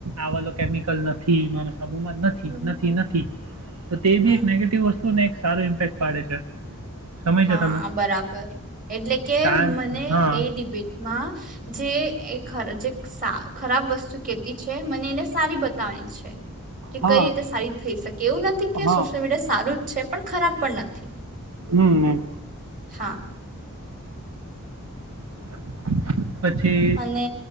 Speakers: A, on the right (about 80°); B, on the right (about 40°).
A: આવાલો કેમિકલ નથી માર સાબુમાં
B: હમ
A: નથી
B: હમ
A: નથી તો તે
B: હમ
A: બી એક નેગેટિવ વસ્તુ તો ને એક સારો ઇમ્પેક્ટ પાડે છે. સમય
B: હા
A: છે તમે
B: બરાબર એટલે કે
A: કાન
B: મને
A: હા
B: એ ડિબેટમાં જે એક હરખી <unintelligible> સા ખરાબ વસ્તુ કેતી છે. મને એને સારી બતાવવાની છે. કે
A: હા
B: કઈ રીતે સારી થઈ શકે એવું નથી કે
A: હા
B: સોશિયલ મીડિયા સારું છે પણ ખરાબ પણ નથી.
A: હમ હ.
B: હા
A: <inaudible> પછી
B: અને